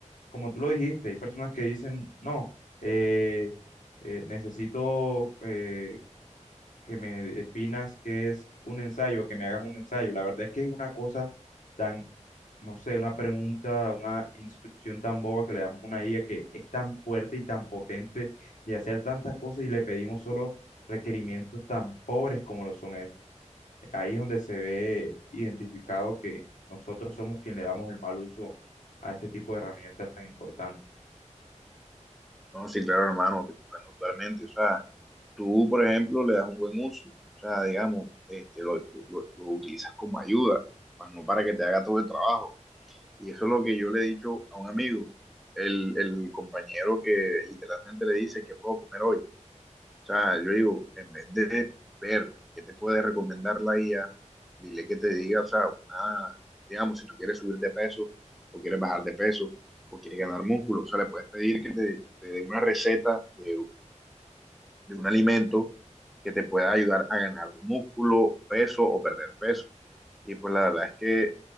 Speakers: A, on the left (about 85°); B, in the centre.
A: como tú lo dijiste, hay personas que dicen, no, eh, eh, necesito eh, que me definas qué es un ensayo, que me hagas un ensayo. La verdad es que es una cosa tan no sé, una pregunta, una instrucción tan boba que le damos a una IA que es tan fuerte y tan potente de hacer tantas cosas y le pedimos solo requerimientos tan pobres como lo son es- Ahí es donde se ve identificado que nosotros somos quien le damos el mal uso a este tipo de herramientas tan importantes.
B: No, sí, claro, hermano, te comprendo totalmente, o sea, tú, por ejemplo, le das un buen uso, o sea, digamos, este, lo, lo, lo- lo utilizas como ayuda, más no para que te haga todo el trabajo, y eso es lo que yo le he dicho a un amigo, el, el compañero que literalmente le dice que puedo comer hoy, O sea, yo digo, en vez de ver qué te puede recomendar la IA, dile que te diga, o sea, una, digamos, si tú quieres subir de peso o quieres bajar de peso o quieres ganar músculo, o sea, le puedes pedir que te, que te dé una receta de, de un alimento que te pueda ayudar a ganar músculo, peso o perder peso. Y pues la verdad es que